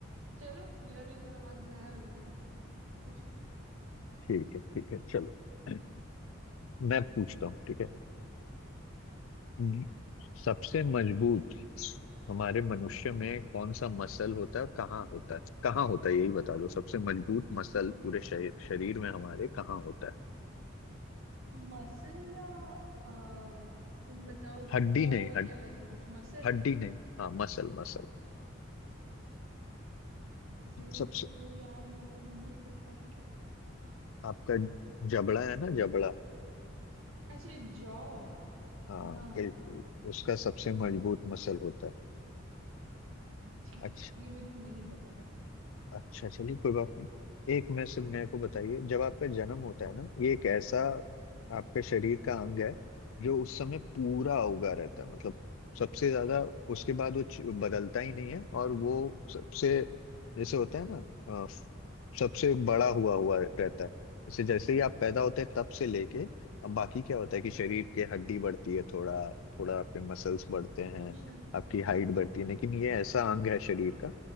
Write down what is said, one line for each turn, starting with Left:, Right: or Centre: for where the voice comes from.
Right: चलो मेरा भी थोड़ा वक्त जाया हो जाएगा पूछो
Left: ठीक है ठीक है चलो <clears throat> मैं पूछता हूँ ठीक है हम्म,
Right: ठीक है
Left: सबसे मजबूत हमारे मनुष्य में कौन सा मसल होता है कहाँ होता है कहाँ होता है यही बता दो सबसे मजबूत मसल पूरे शरीर शरीर में हमारे कहाँ होता है
Right: मसल या अ, तुम बताओ
Left: हड्डी
Right: बोन
Left: नहीं हड,
Right: या वैसा कुछ मसल
Left: हड्डी नहीं हाँ मसल मसल
Right: मसल
Left: सबसे
Right: तो यार मेरे को नहीं पता
Left: आपका जबड़ा है ना जबड़ा
Right: अच्छा जॉ
Left: हाँ
Right: हाँ
Left: बिल्कुल
Right: हाँ
Left: उसका सबसे मजबूत मसल होता
Right: अच्छा अच्छा
Left: है
Right: ये मेरे को नहीं पता था
Left: अच्छा चलिए कोई बात नहीं एक में से मेरे को बताइए जब आपका जन्म होता है ना ये एक ऐसा आपका शरीर का अंग है जो उस समय पूरा उगा रहता है मतलब सबसे ज्यादा उसके बाद वो च- बदलता ही नहीं है और वो सबसे जैसे होता है ना अ, सबसे बड़ा हुआ हुआ रहता है जैसे जैसे ही आप पैदा होते हैं तब से लेके अब बाकी क्या होता है कि शरीर के हड्डी बढ़ती है थोड़ा थोड़ा आपके मसल्स बढ़ते हैं
Right: अच्छा
Left: आपकी हाइट बढ़ती है लेकिन ये ऐसा अंग है शरीर का